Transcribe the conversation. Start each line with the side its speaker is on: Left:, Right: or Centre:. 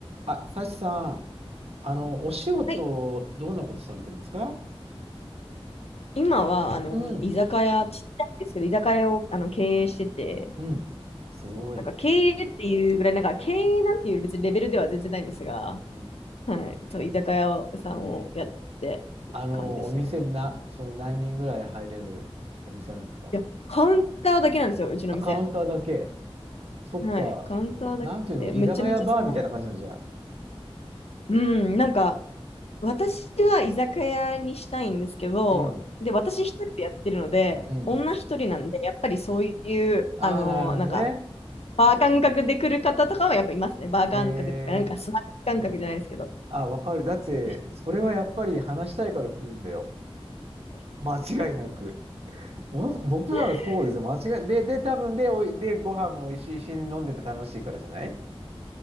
Right: あ、サチさん、あの、お仕事、
Left: はい、
Right: どんなことされてるんですか
Left: 今は、あの、
Right: うん、
Left: 居酒屋、ちっちゃいんですけど、居酒屋をあの経営してて、
Right: うん、すごい。
Left: そうなんか経営っていうぐらい、なんか経営なんていう別にレベルでは全然ないんですが、
Right: うん、
Left: はい、そう、居酒屋さんをやってる感じですね。
Right: えーあの、お店な、その何人ぐらい入れるお店なんですか
Left: いや、カウンターだけなんですよ、うちの店。
Right: あ、カウンターだけ。そっか。
Left: はい、カウンターだけなんで、
Right: なんていうの、居酒屋バーみたいな感じなんじゃあ。
Left: めちゃめちゃ狭い。うん、なんか、私は居酒屋にしたいんですけど、
Right: うん、
Left: で、私一人でやってるので、
Right: うん。
Left: 女一人なんで、やっぱりそういう、
Right: ああ、
Left: あの、
Right: なるほどね。
Left: なんか、バー感覚で来る方とかはやっぱいますね。バー感覚っていうか、
Right: へ、え、
Left: なんかスナック感覚じゃないですけど。
Right: うん。あ、わかる。だって、
Left: ちょっと
Right: それはやっぱり話したいから来るんだよ。間違いなく。ぼ僕ならそうですよ。
Left: <laughs>
Right: 間違い。で、で、多分で、おい、で、ご飯も美味しいし、飲んでて楽しいからじゃない